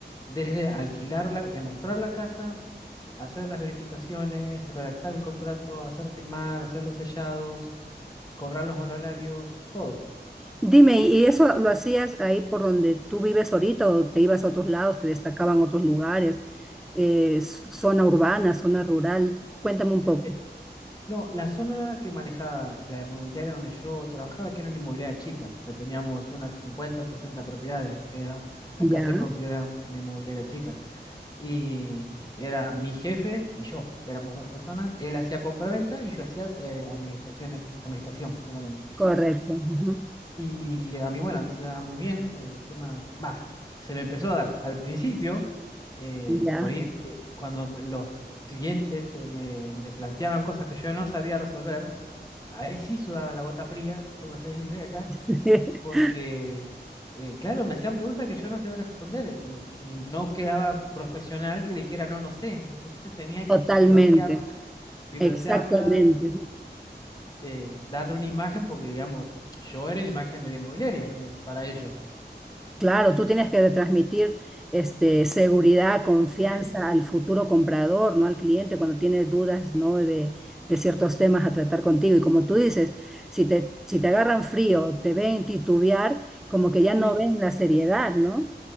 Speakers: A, on the left; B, in the centre.
A: Desde alquilarla, demostrar la casa, hacer las verificaciones, redactar el contrato, hacer firmar, hacer los sellados, cobrar los honorarios, todo.
B: Dime, ¿y eso lo hacías ahí por donde tú vives ahorita o te ibas a otros lados, te destacaban otros lugares, eh, s- zona urbana, zona rural? Cuéntame un poco.
A: Eh, No, la zona que manejaba la inmobiliaria donde yo trabajaba, que era una inmobiliaria chica, o sea, teníamos unas 50, 60 propiedades, era, acá
B: Ya,
A: se considera una inmobiliaria chica, y era mi jefe y yo, éramos dos personas, él hacía compraventa y yo hacía eh, administración, administración solamente.
B: correcto. ujú,
A: Y a mí, bueno, a mí se me daba muy bien eh, el tema, más, se me empezó a dar al principio, eh,
B: Ya,
A: por ahí eh, cuando me- los clientes eh, me, me planteaban cosas que yo no sabía resolver, ahí sí sudaba la gota fría, como se dice acá,
B: <laughs>
A: porque, eh, claro, me hacían preguntas que yo no sabía responder y, y no quedaba profesional que le dijera no, no sé. Entonces tenía que
B: totalmente,
A: pilotear, pilotearla,
B: exactamente.
A: eh, darle una imagen, porque, digamos, yo era la imagen de la inmobiliaria, eh, para ellos.
B: Claro, tú tienes que transmitir este, seguridad, confianza
A: Sí,
B: al futuro comprador, ¿no? Al cliente cuando tiene dudas, ¿no? De, de ciertos temas a tratar contigo. Y como tú dices, si te, si te agarran frío, te ven titubear, como que ya
A: sí,
B: no ven la seriedad, ¿no?